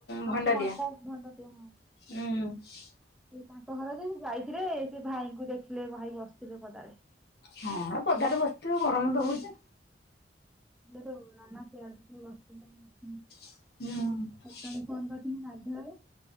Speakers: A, on the left; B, in the centre.
A: ଭଣ୍ଡାରିଆ।
B: ହ ଭଣ୍ଡା ଭଣ୍ଡା ଦିଅ ହଁ।
A: ହୁଁ।
B: ସେ ତାଙ୍କ ଘର ଯେ ଯାଇଥିଲେ ସେ ଭାଇଙ୍କୁ ଦେଖିଲେ ଭାଇ ବସିଥିଲେ ପଦାରେ।
A: ହଁ ପଦାରେ ବସିଥିବ ଗରମ ତ ହୋଉଚି।
B: ମୁଁ କହିଲି ଟିକେ ଓଳାନା ସିଆଡେ ଟିକେ <unintelligible>
A: ହୁଁ।
B: କାଲି କଲ କରିଥିଲୁ ଗାଧୁଆବେଳେ